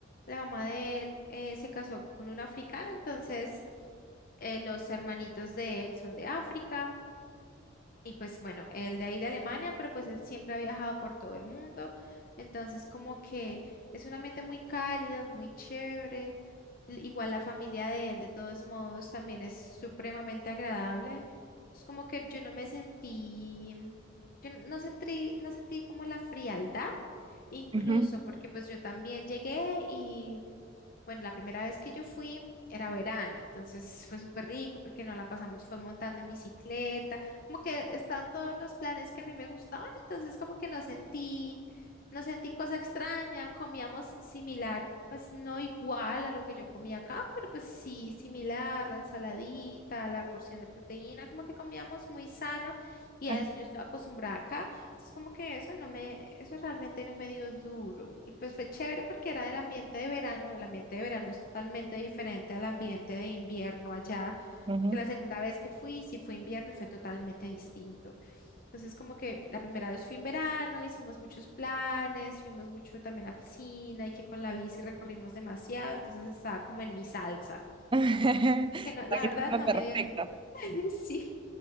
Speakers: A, on the left; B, on the right.
A: la mamá de él eh, se casó con un africano, entonces eh, los hermanitos de él son de África y pues bueno, él de ahí de Alemania, pero pues él siempre ha viajado por todo el mundo. Entonces como que es un ambiente muy cálido, muy chévere. L- Igual la familia de él, de todos modos, también es supremamente agradable. Es como que yo no me sentí, mm, yo no sentí, no sentí como la frialdad, incluso
B: Ujú,
A: porque pues yo también llegué y bueno, la primera vez que yo fui era verano, entonces fue súper rico porque no la pasamos, fue montando en bicicleta como que estaban todos los planes que a mí me gustaban, entonces como que no sentí, no sentí cosa extraña, comíamos similar, pues no igual a lo que yo comía acá, pero pues sí, similar, la ensaladita, la porción de proteína, como que comíamos muy sano y
B: ajá,
A: a eso yo estoy acostumbrada acá, entonces como que eso no me, eso realmente no me dio duro y pues fue chévere porque era del ambiente de verano, el ambiente de verano es totalmente diferente al ambiente de invierno allá.
B: ujú.
A: Que la segunda vez que fui, sí fue invierno y fue totalmente distinto. Entonces, como que la primera vez fui en verano, hicimos muchos planes, fuimos mucho también a piscina y que con la bici recorrimos demasiado, entonces estaba como en mi salsa,
B: <laughs> La
A: que no, la
B: víctima
A: verdad no
B: perfecta.
A: me dio duro. <laughs> Sí,